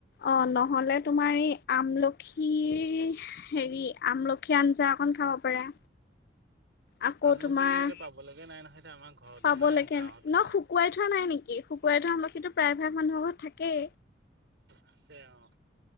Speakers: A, on the left (about 55°); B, on the right (about 75°).
A: অ', নহ'লে তোমাৰ এই আমলখি, হেৰি আমলখি আঞ্জা খন খাব পাৰা। আকৌ
B: আমলখি
A: তোমাৰ,
B: এতিয়া পাবলৈকে নাই নহয় এতিয়া আমাৰ ঘৰতো
A: পাবলেকে
B: গাঁৱতো
A: নাই, ন শুকুৱাই থোৱা নাই নেকি? শুকুৱাই থোৱা আমলখিতো প্ৰায়ভাগ মানুহ ঘৰত থাকেই।
B: আছে অ'